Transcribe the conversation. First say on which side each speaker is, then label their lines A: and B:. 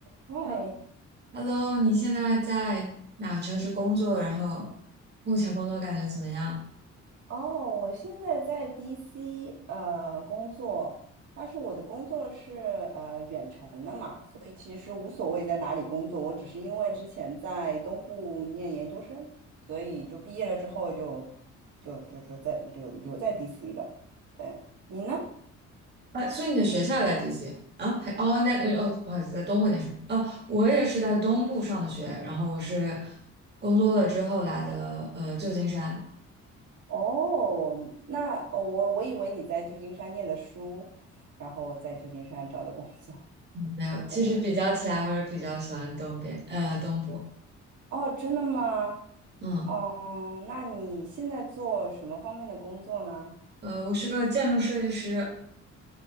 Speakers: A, on the right (about 75°); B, on the right (about 35°).
A: 嗨，
B: 哈 Hello，你现在在哪个城市工作？然后目前工作感觉怎么样？
A: 哦，我现在在 DC 呃工作，但是我的工作是呃远程的嘛，所以其实无所谓在哪里工作，我只是因为之前在东部念研究生，所以就毕业了之后就就就就在留留在 DC 了。对，你呢？
B: 啊，所以你的学校也在 DC 啊？还哦，那呃哦，不好意思，在东部那时候哦，我也是在东部上的学，然后我是工作了之后来的呃旧金山。
A: 哦，那哦我我以为你在旧金山念的书，然后在旧金山找的工作。
B: 没有，其实比较起来，
A: 对，
B: 我也比较喜欢东边呃东部。
A: 哦，真的吗？
B: 嗯
A: 嗯，那你现在做什么方面的工作呢？
B: 呃，我是个建筑设计师。